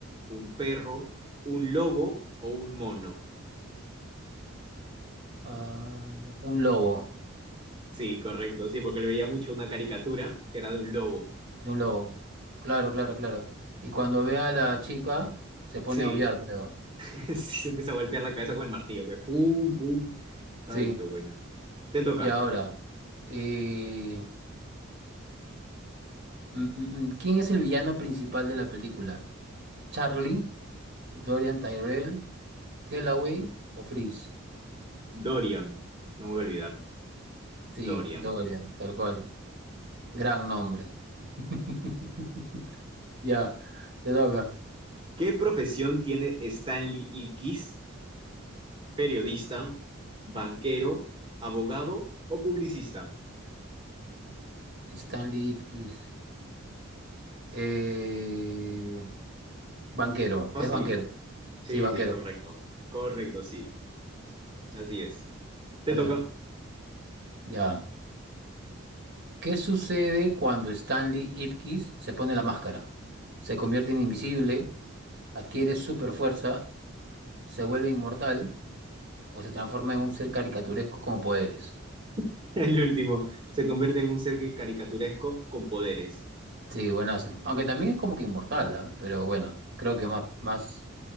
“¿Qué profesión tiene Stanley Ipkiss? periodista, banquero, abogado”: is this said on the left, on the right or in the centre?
Right